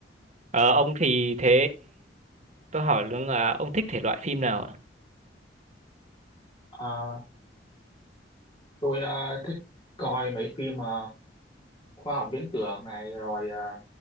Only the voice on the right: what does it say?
Ờ, ông thì thế tôi hỏi luôn là ông thích thể loại phim nào ạ?